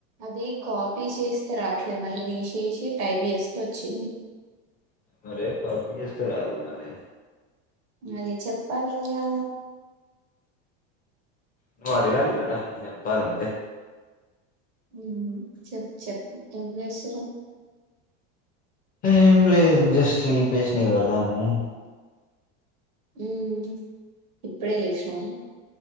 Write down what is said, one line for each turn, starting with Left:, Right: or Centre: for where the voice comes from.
Right: అది కాపీ చేస్తే రావట్లేదు మళ్ళీదీసేశీ టైప్ చేస్తే వచ్చింది
Left: మరే కాపీ చెస్తే రాల మరి
Right: అది చెప్పాలింగా
Left: నువ్వు అడగాలి కదా నేేను చెప్పాలంటే
Right: హుమ్ చెప్పు చెప్పు ఏం చేసుర్రు
Left: ఏం లేదు జస్ట్ స్లీప్ ఎసినా ఇప్పటిదంకనే
Right: హుమ్ ఇప్పుడే లేషినవా